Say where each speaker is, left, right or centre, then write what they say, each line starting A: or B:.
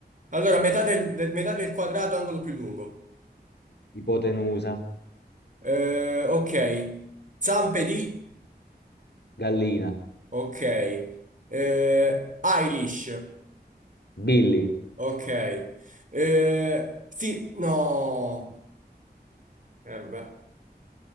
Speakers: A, on the right; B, on the left.
A: Allora, metà del, del- metà del quadrato, angolo più lungo.
B: ipotenusa,
A: Eh, ok. Zampe di...
B: gallina,
A: Ok. Eh, Eilish.
B: Billy,
A: Ok. Eh, sì, no. Eh, vabbè.